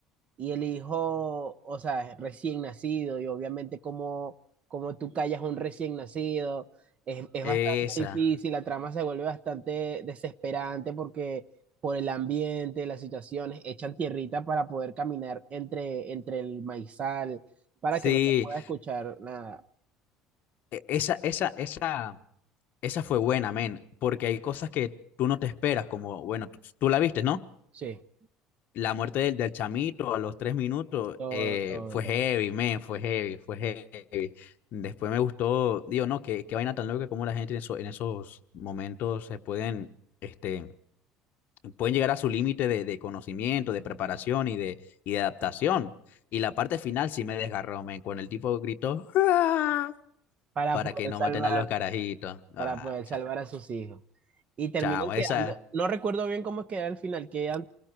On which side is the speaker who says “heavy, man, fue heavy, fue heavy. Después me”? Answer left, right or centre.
Left